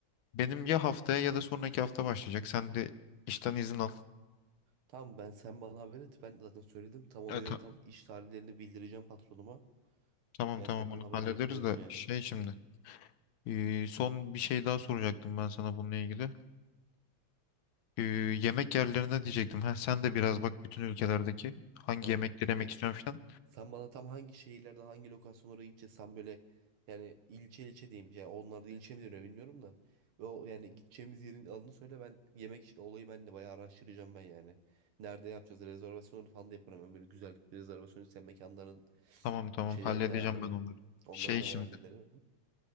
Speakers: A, on the left; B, on the right.
A: benim ya haftaya ya da sonraki hafta başlayacak. Sen de işten izin al.
B: Tamam ben sen bana haber et. Ben zaten söyledim. Tam ona
A: Evet,
B: göre
A: ta-
B: tam iş tarihlerini bildireceğim patronuma.
A: tamam
B: Ben
A: tamam
B: senden
A: onu
B: haber
A: hallederiz
B: bekliyorum
A: de
B: yani.
A: şey şimdi Ee, son bir şey daha soracaktım ben sana bununla ilgili. Ee, yemek yerlerine diyecektim. Heh, sen de biraz bak bütün ülkelerdeki hangi
B: Ya
A: yemekleri
B: tabii
A: yemek istiyorsun falan.
B: Sen bana tam hangi şehirlerde hangi lokasyonlara gideceğiz? Sen böyle yani ilçe ilçe diyeyim. Yani onlar da ilçe mi deniyor bilmiyorum da. Ve o yani gideceğimiz yerin adını söyle ben yemek iş- olayı ben de bayağı araştıracağım ben yani. Nerede yapacağız? Rezervasyonları falan da yaparım. Ben böyle güzel bir rezervasyon isteyen mekanların
A: Tamam tamam
B: şeylerini
A: halledeceğim
B: de ayarlarım.
A: ben onları.
B: Onları
A: Şey
B: da
A: şimdi
B: ben hallederim.